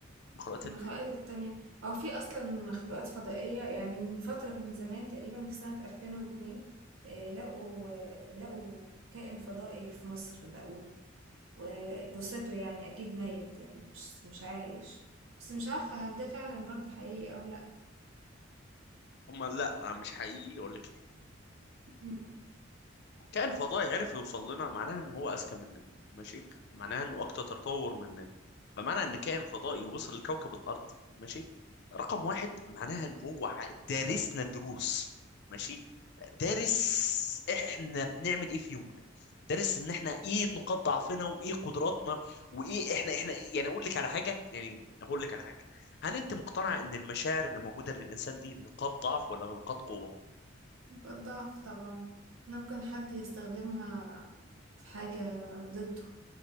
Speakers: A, on the left (about 55°); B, on the right (about 85°).
A: مخلوقات
B: المخلوقات التانية هو في أصلا مخلوقات فضائية يعني من فترة من زمان تقريبا في سنة 2002 آه، لقوا آه، لقوا كائن فضائي في مصر لقوا وجثته يعني أكيد ميت يعني مش مش عايش بس مش عارفة هل ده فعلا برضه حقيقي أو لأ
A: هم لا مش حقيقي أقول لك ليه
B: مم.
A: كائن فضائي عرف يوصل لنا معناها ان هو اذكى مننا ماشي معناها انه اكتر تطور مننا فمعنى ان كائن فضائي وصل لكوكب الارض ماشي رقم واحد معناها ان هو ع- دارسنا دروس ماشي دارس احنا بنعمل ايه في يومنا دارس ان احنا ايه نقاط ضعفنا وايه قدراتنا وايه احنا احنا يعني اقول لك على حاجه يعني اقول لك على حاجه هل انت مقتنع ان المشاعر اللي موجوده للانسان دي نقاط ضعف ولا نقاط قوه
B: نقاط ضعف طبعا ممكن حد يستخدمها في حاجة ضده